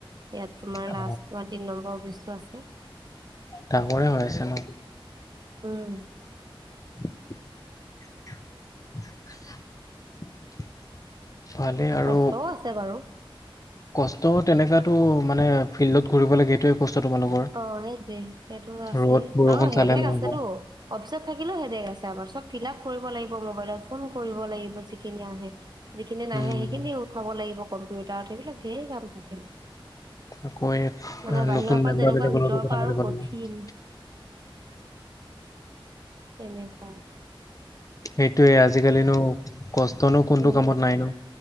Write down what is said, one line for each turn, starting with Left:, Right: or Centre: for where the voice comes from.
Right: ইয়াত তোমাৰ
Left: অ,
Right: লাষ্ট তোমাৰ তিনি নম্বৰ অফিচটো আছে।
Left: ডাঙৰে হৈ আছে ন?
Right: উম।
Left: <inaudible> <inaudible> আৰু
Right: কষ্টও আছে বাৰু!
Left: কষ্ট তেনেকাতো, মানে ফিল্ডত ঘূৰিব লাগে এইটোৱে কষ্ট তোমালোকৰ।
Right: অ' সেইটোৱে। সেইটো আছেই।
Left: ৰ'দ বৰষুণ
Right: আৰু হেদেক
Left: চালে নহ'ব।
Right: আছেতো, অফিচত থাকিলেও হেদেক আছে। চব ফিলআপ কৰিব লাগিব মোবাইলত, ফোন কৰিব লাগিব যিখিনি আহে! যিখিনি নাহে
Left: উম।
Right: সেইখিনি উঠাব লাগিব কম্পিউটাৰত। সেইবিলাক ঢেৰ কাম থাকে।
Left: আকৌ,
Right: মানে বাহিৰৰ
Left: নতুন
Right: পৰা
Left: মেম্বাৰবিলাকৰ
Right: যেনেকুৱা ভিতৰৰ
Left: লগতো কথা
Right: পৰা
Left: পাতিব
Right: আৰু
Left: লাগিব!
Right: কঠিন এনেকুৱাই
Left: সেইটোয়ে আজিকালিনো, কষ্টনো কোনটো
Right: উম
Left: কামত নাইনো?